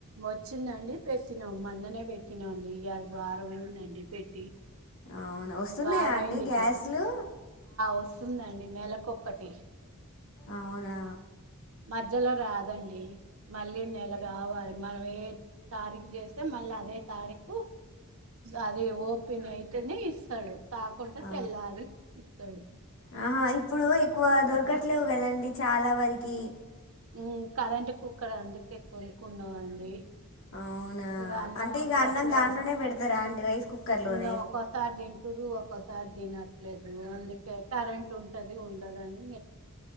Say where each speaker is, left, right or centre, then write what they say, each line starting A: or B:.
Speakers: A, on the right; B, on the left.
A: వచ్చిందండి పెట్టినాం మన్ననే పెట్టినాండి ఇ ఎన్ని రోజులైంది పెట్టి
B: అవునా వస్తున్నాయా
A: వారం
B: అండి
A: అయింది ఆ
B: గ్యాస్లు
A: గ్యాస్ వస్తుందండి నెలకొకటి
B: అవునా
A: మధ్యలో రాదండి మళ్ళీ నెల కావాలి మనం ఏ తారీఖు చేస్తే మళ్ళీ అదే తారీఖు అది ఓపెన్ అయితేనే ఇస్తాడు కాకుండా
B: ఆ
A: తెల్లారి ఇస్తాడు
B: ఆహా ఇప్పుడు ఎక్కువ దొరకట్లేవు కదండి చాలా వరకి
A: ఉమ్ కరెంట్ కుక్కర్ అందుకే కొనుక్కున్నావండి
B: అవునా
A: ఇంకా అన్నాం
B: అంటే
A: అప్పుడప్పుడే
B: ఇక అన్నం దాంట్లోనే పెడతారా అండి రైస్ కుక్కర్లోనే
A: ఇంకా ఒక్కోసారి తింటురు ఒకసారి తినట్లేదు అందుకే కరెంట్ ఉంటది ఉండదని